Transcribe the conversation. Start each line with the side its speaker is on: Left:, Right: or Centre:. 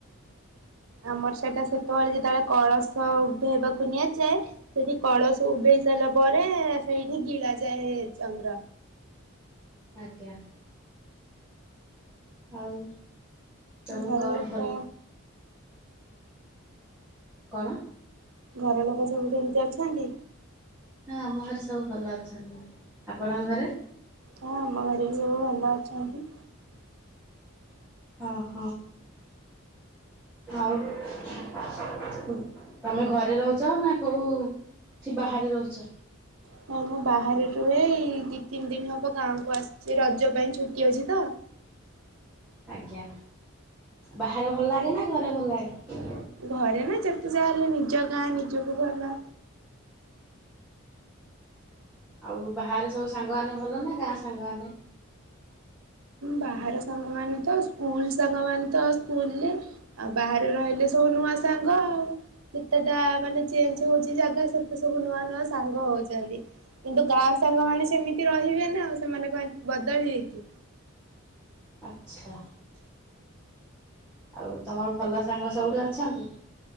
Right: ଆମର ସେଟା ସେତୋଳେ ଯେତୋଳେ କଳସ ତ ଉଭେଇବାକୁ ନିଆଯା ଯାଏ ସେଠି କଳସ ଉଭେଇ ସାଇଲା ପରେ ସେଇଠି ଗିଳା ଯାଏ ଚନ୍ଦ୍ର।
Centre: ଆଜ୍ଞା। ଆଉ ତମୁକୁ
Right: ଘର
Centre: କଣ
Right: ଲୋକ
Centre: ଭଲ୍ କଣ?
Right: ଘର ଲୋକ ସବୁ କେମତି ଅଛନ୍ତି?
Centre: ହଁ ଆମ ଘରେ ସବୁ ଭଲ ଅଛନ୍ତି। ଆପଣଙ୍କ ଘରେ?
Right: ହଁ ଆମ ଘରେ ବି ସବୁ ଭଲ ଅଛ ଅନ୍ତି।
Centre: ଅହ ଆଉ ତମେ ଘରେ ରହୁଚ ନାଁ କୋଉ ଠି ବାହାରେ ରହୁଚ?
Right: ହଁ ମୁଁ ବାହାରେ ରୁଏ ଏଇ ଦି ତିନି ଦିନ ହବ ଗାଁକୁ ଆସିଛି ରଜ ଜ ପାଇଁ ଛୁଟି ଅଛି ତ
Centre: ଆଜ୍ଞା ବାହାରେ ଭଲ ଲାଗେ ନା ଘରେ ଭଲ ଲାଗେ?
Right: ଘରେ ନା ଯେତେ ଯାହା ହେଲେ ନିଜ ଗାଁ ନିଜକୁ ଭଲ।
Centre: ଆଉ ବାହାରେ ସବୁ ସାଙ୍ଗ ମେନେ ଭଲ ନା ଗାଁ ସାଙ୍ଗ ମାନେ?
Right: ବାହାର ସାଙ୍ଗମାନୋନ ତ ସ୍କୁଲ ସାଙ୍ଗମାନୋନ ତ ସ୍କୁଲରେ ଆଉ ବାହାରେ ରହିଲେ ସବୁ ନୂଆ ସାଙ୍ଗ ଆଉ ଯେତେଟା ମାନେ ଚେଞ୍ଜ ହଉଛି ଜାଗା ସେତେ ସବୁ ନୂଆ ନୂଆ ସାଙ୍ଗ ହଉଛନ୍ତି କିନ୍ତୁ ଗାଁ ସାଙ୍ଗ ମାନ ସେମିତି ରହିବେ ନା ସେମାନେ କ ବଦଳିବେ କି
Centre: ଆଚ୍ଛା ଆଉ ତମର ଭଲ ସାଙ୍ଗ ସବୁଠି ଅଛନ୍ତି।